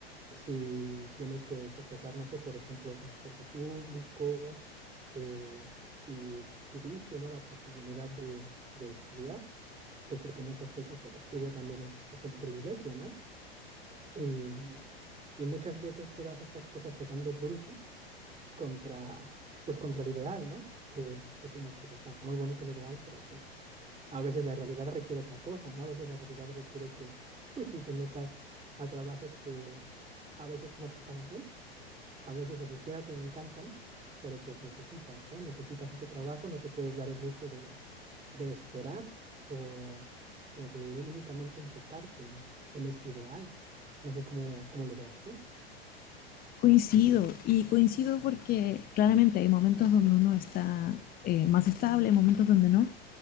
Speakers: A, on the right (about 20°); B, on the left (about 30°).
A: si tienes que sopesar, no sé, por ejemplo, transporte público, eh, si tuviste o no la posibilidad de, de estudiar, pues porque muchas veces el estudio también es, es un privilegio, ¿no? Y, y muchas veces todas estas cosas se dan de bruces contra, pues contra el ideal, ¿no? Que decimos, pues está muy bonito el ideal, pero pues a veces la realidad requiere otra cosa, ¿no? A veces la realidad requiere que, pues sí, te metas a trabajos que a veces no pagan bien, a veces ni siquiera te encantan, pero pues necesitas, ¿no? Necesitas ese trabajo, no te puedes dar el lujo de, de esperar o, o de únicamente enfocarte en, en este ideal. No sé cómo, cómo lo veas tú.
B: Coincido, y coincido porque claramente hay momentos donde uno está eh, más estable, momentos donde no,